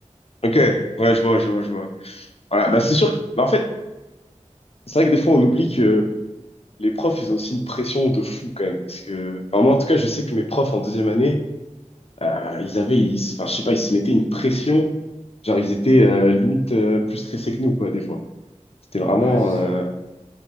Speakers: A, on the left; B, on the right.
A: Ok, ouais, je vois, je vois, je vois. Voilà, bah c'est sûr. que- bah, en fait, c'est vrai que des fois on oublie que les profs, ils ont aussi une pression de fou quand même. Parce que enfin, moi, en tout cas, je sais que mes profs en deuxième année, euh, ils avaient, ils- enfin, je sais pas, ils se mettaient une pression. Genre, ils étaient euh, limite euh, plus stressés que nous, quoi, des fois. C'était vraiment
B: Ouais, c'est sûr.
A: euh,